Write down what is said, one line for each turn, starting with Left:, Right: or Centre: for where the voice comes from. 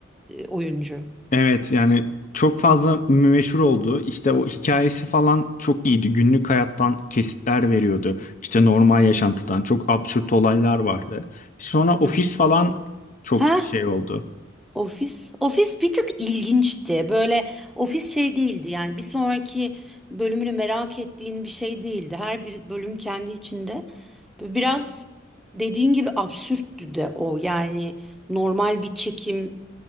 Centre: e, oyuncu.
Left: Evet yani çok fazla meşhur oldu. İşte o hikayesi falan çok iyiydi. Günlük hayattan kesitler veriyordu. İşte normal yaşantıdan çok absürt olaylar vardı. Sonra Ofis
Centre: Hı hı.
Left: falan çok
Centre: Ha?
Left: şey oldu.
Centre: Ofis, ofis bir tık ilginçti. Böyle ofis şey değildi yani bir sonraki bölümünü merak ettiğin bir şey değildi. Her bir bölüm kendi içinde. Biraz dediğin gibi absürttü de o. Yani normal bir çekim